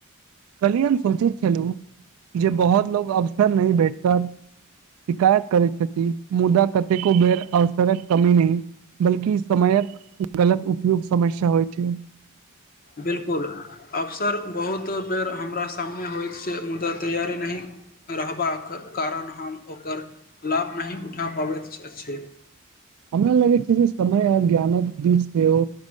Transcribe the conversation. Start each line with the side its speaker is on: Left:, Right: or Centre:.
Right: कल्हि हम सोचैत छलहु जे बहुत लो अवसर नहि भेटत शिकायत करै छथि मुदा कतेको बेर अवसरक कमी नहि बल्कि समयक गलत उपयोग समस्या होइ छै
Left: बिल्कुल अबसर बहुत बेर हमरा सामने होइत छै मुदा तैयारी नहि रहबाक कारण हम ओकर लाभ नहि उठा पाबैत अछि
Right: हमरा लगैत छै जे समय आब ज्ञानक बीच सेहो